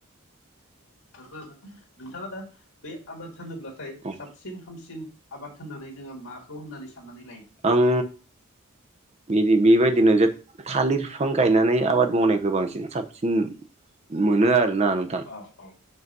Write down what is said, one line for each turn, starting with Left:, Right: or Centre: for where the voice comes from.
Left: बेफोरबो आबाद नोंथाङा दा बे आबाद होनोब्लाथाय
Right: औ
Left: साबसिन हामसिन आबाद होननानै जोङो माखौ होननानै साननानै लायो?
Right: आं बिबि बेबायदिनो जे थालिर फिफां गायनानै आबाद मावनायखो बांसिन साबसिन मोनो आरोना नोंथां
Left: औ औ